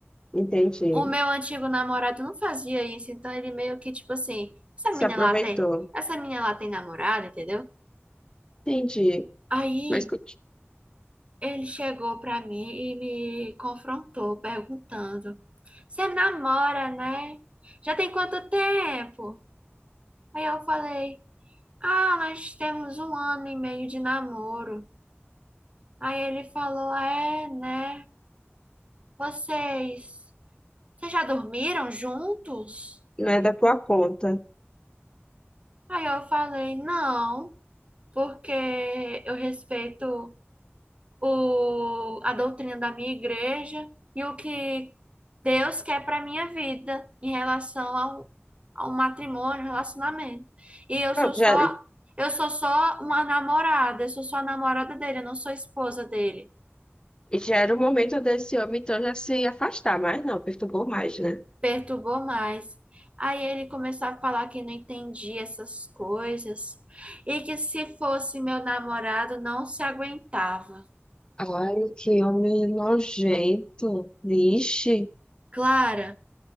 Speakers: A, on the left (about 20°); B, on the right (about 25°).
A: Entendi.
B: O meu antigo namorado não fazia isso, então ele meio que, tipo assim, essa menina
A: Se aproveitou.
B: lá tem, essa menina lá tem namorada, entendeu?
A: Entendi.
B: Aí
A: Mas conti-
B: ele chegou pra mim e me confrontou, perguntando: Você namora, né? Já tem quanto tempo? Aí eu falei. Ah, nós temos um ano e meio de namoro. Aí ele falou, é, né? Vocês, vocês já dormiram juntos?
A: não é da tua conta.
B: Aí eu falei, não, porque eu respeito o, a doutrina da minha igreja e o que Deus quer para minha vida em relação ao, ao matrimônio, um relacionamento. E eu
A: Pronto,
B: sou só,
A: já,
B: eu sou só uma namorada, eu sou só a namorada dele, eu não sou esposa dele.
A: E já era o momento desse homem, então, já se afastar, mas não, perturbou mais, né?
B: perturbou mais. Aí ele começou a falar que não entendia essas coisas e que se fosse meu namorado não se aguentava.
A: Ai, que homem nojento. Vixe.
B: Clara,